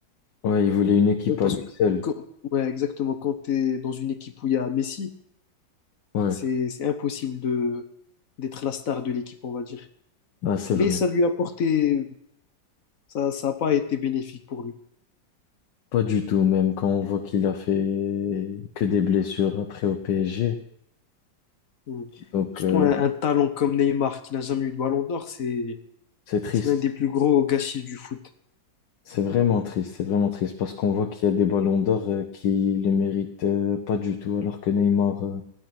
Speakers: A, on the left; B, on the left.
A: ouais, il voulait une équipe
B: Ouais, Parce
A: à lui
B: que,
A: seul.
B: quand- ouais, exactement, quand tu es dans une équipe où il y a Messi,
A: Ouais,
B: c'est, c'est impossible de, d'être la star de l'équipe, on va dire.
A: bah, c'est
B: mais
A: vrai.
B: ça lui a apporté, ça n'a pas été bénéfique pour lui.
A: Pas du tout, même quand on voit qu'il a fait que des blessures après au PSG.
B: Mm.
A: Donc,
B: Surtout
A: euh,
B: un, un talent comme Neymar, qui n'a jamais eu de ballon d'or, c'est
A: c'est triste.
B: c'est l'un des plus gros gâchis du foot.
A: C'est vraiment triste, c'est vraiment triste parce qu'on voit qu'il y a des ballons d'or euh, qui le méritent euh, pas du tout, alors que Neymar, euh,